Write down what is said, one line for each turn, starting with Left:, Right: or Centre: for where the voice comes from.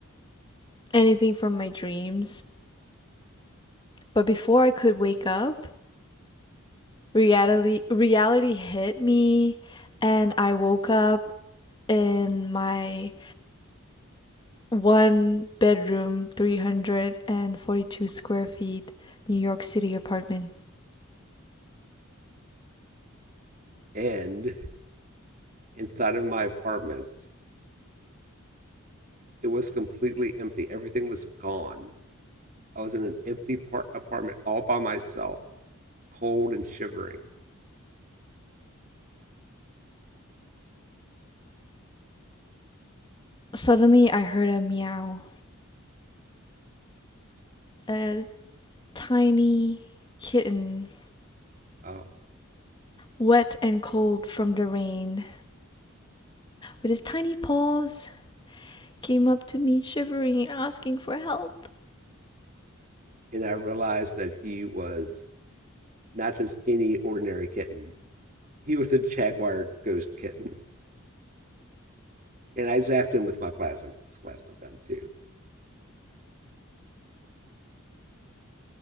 Left: anything from my dreams, but before I could wake up, reality reality hit me and I woke up in my one bedroom 342 square feet New York City apartment.
Right: And inside of my apartment, it was completely empty. Everything was gone. I was in an empty par- apartment all by myself, cold and shivering.
Left: Suddenly I heard a meow, a tiny kitten,
Right: Oh,
Left: wet and cold from the rain, with his tiny paws came up to me shivering and asking for help.
Right: and I realized that he was not just any ordinary kitten. He was a jaguar ghost kitten. And I zapped him with my plasma, plasma gun too.